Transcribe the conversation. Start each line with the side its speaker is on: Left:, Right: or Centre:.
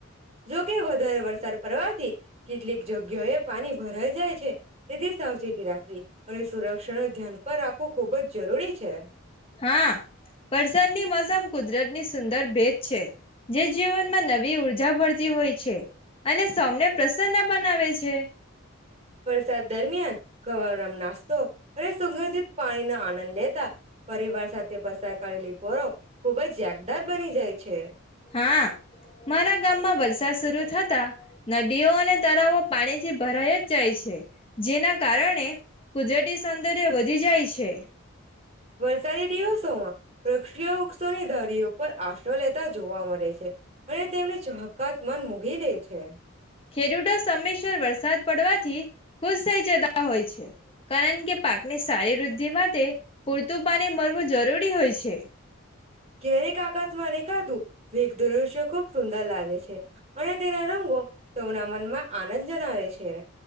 Right: જોકે વધારે વરસાદ પડવાથી. કેટલી. જગ્યા એ પાણી ભરાઈ જાય છે. તે તે સાવચેતી રાખવી અને સુરક્ષા ન ધ્યાન પણ રાખવું ખૂબ જ જરૂરી છે.
Left: હા વરસાદની મોસમ કુદરતની સુંદર ભેદ છે જે જીવનમાં નવી ઉર્જા ભરતી હોય છે અને સૌને પ્રસન્ન બનાવે છે.
Right: વરસાદ દરમિયાન ગવામ નાસ્તો અને સુગંધિત પાણીનો આનંદ લેતા. પરિવાર સાથે પસાર. કરેલી પોરો ખુબ જ યાાગદાર બની જાય છે.
Left: હા મારા ગામમાં વરસાદ શરુ થતા નદીઓ અને તળવો પાણીથી ભરાઈ જ જાય છે જેના કારણે કુજરતી સૌંદર્ય વધી જાય છે.
Right: વરસાદી દિવસોમાં વૃક્ષીઓ વૃક્ષોની ધર. પ્રયો. પર આશરો લેતા જોવા મળે. છે અને તેમને ચકાત મન મૂકી લે છે. હ <unintelligible>
Left: ખેડૂતો સમયસર વરસાદ પડવાથી ખુશ થઈ જતા હોય છે કારણ કે પાકની સારી વૃદ્ધિ માટે પૂરતું પાણી મળવું જરૂરી હોય છે.
Right: ક્યારેક આકાશમાંને ખાધું વેઘ દ્રશ્ય ખુબ સુંદર લાગે. છે. અને તેના રંગો તેમના મનમાં આનંદ જનાવે છે.